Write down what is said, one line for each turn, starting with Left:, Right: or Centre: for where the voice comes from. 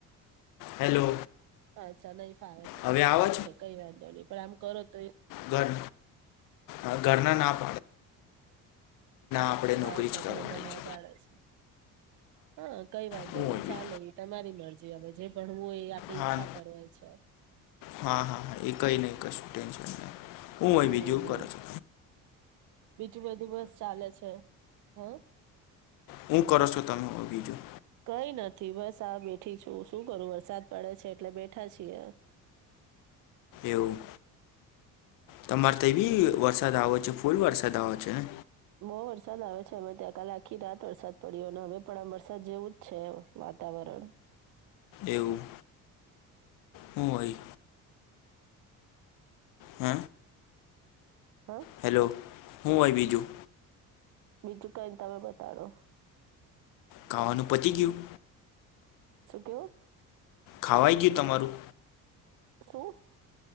Left: હેલો
Right: અચ્છા નહી ફાવે તને
Left: હવે આવે
Right: ઠીક છે કઈ વાંધ નો નહી પણ આમ કરે
Left: ઘર અહ ઘરના નાપ આપણે નોકરી
Right: અચ્છા
Left: જ કરવાની
Right: ઘરના ના
Left: છે
Right: પાળ છે. હા કઈ વાંધો
Left: હું હોય
Right: નઈ
Left: બી
Right: ચાલે એ તમારી મર જીયા માં જે પણ હોઉ એ આપડે ઈચ્છા
Left: હા
Right: પર હોય છે.
Left: હા હા હા એ કંઈ નહીં કશું ટેન્શન નહીં. હું
Right: હમ
Left: બીજું
Right: હમ
Left: કર છે?
Right: બીજું બધું બસ ચાલે છે હા.
Left: હું કરો છો તમે બીજું?
Right: કઈ નથી બસ આ બેઠી છું શું કરું વરસાદ પડે છે એટલે બેઠા છીએ. <inaudible>
Left: એવું તમારે તો એ બી વરસાદ આવે છે ફૂલ વરસાદ આવો છે ને
Right: બહ વરસાદ આવે ત્યાં કાલે આખી રાત વરસાદ પડ્યો હવે પણ આ વરસાદ જેવું જ છે વાતાવરણ.
Left: એવું? હ ભાઈ. હે.
Right: હા
Left: હેલો. હું હો બીજું.
Right: બીજું કઈ તમે બતાડો.
Left: કાવાનું પતિ કયું?
Right: શું કેવું?
Left: ખાવાઈ ગયું તમારું?
Right: શું?